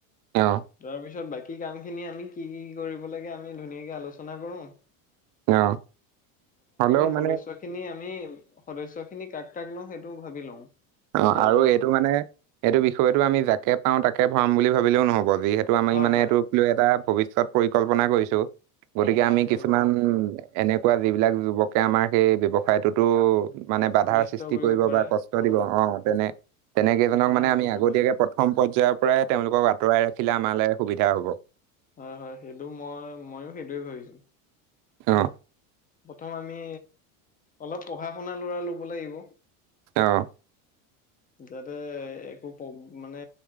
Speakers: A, on the right; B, on the left.
A: অ।
B: তাৰ পিছত বাকী কাম খিনি আমি কি কি কৰিব লাগে, আমি ধুনীয়াকে আলোচনা কৰো।
A: অ, হ'লেও মোক।
B: সদস্য খিনি আমি সদস্য খিনি কাক কাক লওঁ সেইটোও ভাবি লওঁ।
A: অ
B: দহজন
A: আৰু
B: সদস্য
A: এইটো মানে এইটো বিষয়টো আমি যাকে পাওঁ তাকে ভৰাম বুলি ভাবিলেও নহ'ব যিহেতু- এইটো আমি
B: হয়
A: মানে
B: হয়
A: এইটোক লৈ এটা ভৱিষ্যত পৰিকল্পনা কৰিছো গতিকে
B: হয়
A: আমি
B: সেইটো
A: কিছুমান-
B: কথা হয়
A: এনেকুৱা যিবিলাক যুৱকে আমাৰ সেই ব্যৱসায়টোতো- মানে বাধাৰ
B: অনিষ্ট
A: সৃষ্টি কৰিব
B: পাৰা
A: বা কষ্ট
B: উম
A: দিব অ তেনে তেনেকেইজনক
B: সেইখিনি
A: মানে আমি
B: নল'ব
A: আগতীয়াকে-
B: নোৱাৰি
A: প্ৰথম পৰ্য্যায়ৰ পৰাই তেওঁলোকক আঁতৰাই ৰাখিলে আমালে সুবিধা হব।
B: হয় হয় সেইটো মই ময়ো সেইটোৱে ভাবিছো।
A: অঁ'
B: প্ৰথম আমি অলপ পঢ়া শুনা লৰা লব লাগিব।
A: অঁ'
B: যাতে একো প মানে